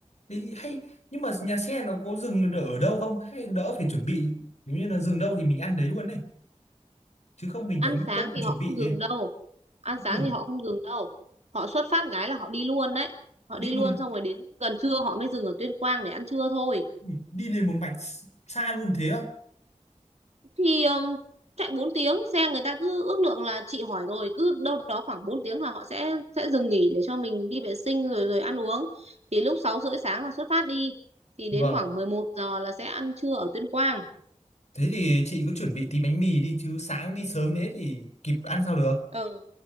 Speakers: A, on the left (about 65°); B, on the right (about 60°).
A: thế thì hay nhưng mà nhà xe nó có dừng ở đâu không hay đỡ phải chuẩn bị nếu như là dừng đâu thì mình ăn đấy luôn này chứ không mình
B: ăn
A: lại mất
B: sáng
A: công
B: thì
A: chuẩn
B: họ
A: bị
B: không dừng
A: ấy.
B: đâu ăn
A: không
B: sáng
A: dừng
B: thì họ không dừng đâu họ xuất phát cái là họ đi luôn đấy họ
A: đi
B: đi luôn
A: một
B: xong rồi đến gần trưa họ mới dừng ở Tuyên Quang để ăn trưa thôi
A: ui, đi lên một mạch xa luôn thế á
B: thì um, chạy 4 tiếng xe người ta cứ ước lượng là chị hỏi rồi cứ đâu đó khoảng 4 tiếng là họ sẽ sẽ dừng nghỉ để cho mình đi vệ sinh rồi rồi ăn uống thì lúc 6 rưỡi sáng là xuất phát đi thì đến
A: vâng
B: khoảng 11 giờ là sẽ ăn trưa ở Tuyên Quang
A: thế thì chị cứ chuẩn bị tí bánh mì đi chứ sáng đi sớm thế thì kịp ăn sao được
B: ừ.